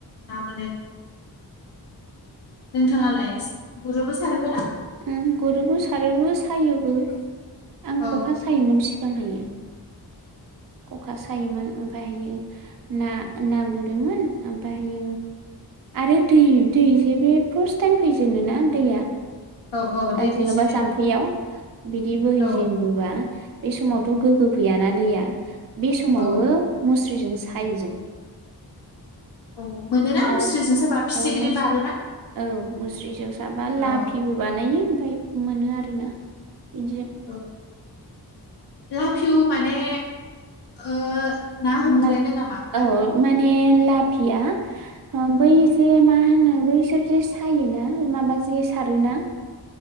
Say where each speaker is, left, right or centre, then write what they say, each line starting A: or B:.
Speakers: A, on the left (about 75°); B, on the right (about 55°).
A: ना मोनो। नोंथाङालाय गुरोबो सारोबो ना?
B: ओम गुरोबो सारोबो सायोबो। आं
A: औ
B: खखा सायोमोन सि <unintelligible> हायो। खखा सायोमोन ओमफायहायो ना ना गुरोमोन ओमफायहायो आरो दै दै जे बे फार्स्ट टाइम फैजेनो ना दैया।
A: औ औ दै फैजेननायाव
B: जेनबा जाम्फैयाव बिदि बोहैजेनबोबा
A: औ
B: बे समावथ गोगो फैयाना दै बे समावबो
A: औ
B: मुस्रिजों। सायो जों।
A: औ मोनोना मुस्रिजों
B: आरो
A: साबा फिथिख्रि
B: ओ मोस-औ
A: बारोना
B: मुस्रिजों साबा
A: औ
B: लाफिबो बानायो ओमफाय। मोनो आरो ना। <unintelligible>
A: औ लाफिउ माने ओ। ना हमग्रायानो
B: लाभ
A: नामा लाफिउ
B: औ औ माने ला लाफिया बै जे मा होनो बैसोर जे सायोना माबा जे सारोना।